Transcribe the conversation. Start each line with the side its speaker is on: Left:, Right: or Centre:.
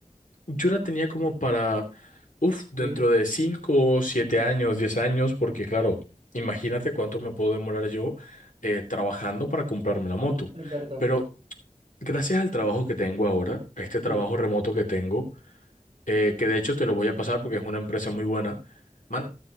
Left: yo la tenía como para, uff, dentro
Right: sí,
Left: de 5, 7 años, 10 años, porque claro, imagínate cuánto me puedo demorar yo eh, trabajando para comprarme la moto.
Right: es verdad,
Left: Pero gracias al trabajo que tengo ahora, a este trabajo
Right: sí.
Left: remoto que tengo, eh, que de hecho te lo voy a pasar porque es una empresa muy buena. Man,